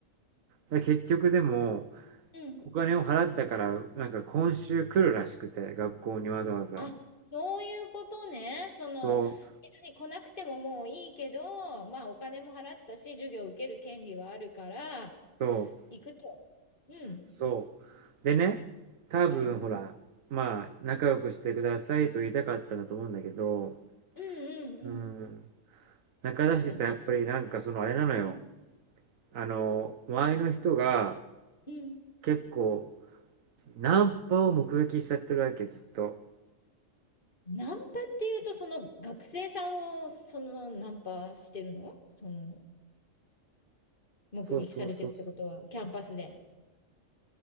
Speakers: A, on the right; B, on the left.
A: ら結局でも、
B: うん。
A: お金を払ったから、なんか今週来るらしくて、学校にわざわざ。
B: あ、そういうことね。その、
A: そう、
B: 別に来なくてももういいけど、まあお金も払ったし、授業受ける権利はあるから、
A: そう、
B: 行くと。うん、
A: そう。でね、多分ほら、
B: うん、
A: まあ、仲良くしてくださいと言いたかったんだと思うんだけど、
B: うん、
A: うん、
B: うん、うん。
A: 仲だしさ、
B: そうだね。
A: やっぱりなんかそのあれなのよ。
B: うん、
A: あの、周りの人が
B: うん。
A: 結構、ナンパを目撃しちゃってるわけ、ずっと。
B: ナンパっていうと、その学生さんをそのナンパしてるのその目撃されてるってことは、
A: そうそうそうそ
B: キャンパスで。